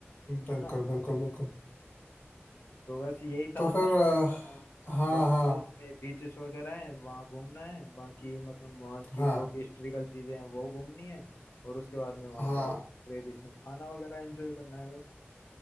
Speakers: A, on the left; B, on the left.
A: बिल्कुल
B: है ना
A: बिल्कुल बिल्कुल
B: तो बस यही था
A: तो
B: मतलब
A: फिर अ,
B: कि हाँ
A: हाँ
B: वहाँ
A: हाँ
B: जो हमें बीचेस वगैरह है वहाँ घूमना है बाकी मतलब वहाँ की
A: हाँ
B: जो भी हिस्ट्रिकल चीजें हैं वो घूमनी है और उसके बाद में वहाँ
A: हाँ
B: का जो ट्रेडिशनल खाना वगैरह एंजॉय करना है बस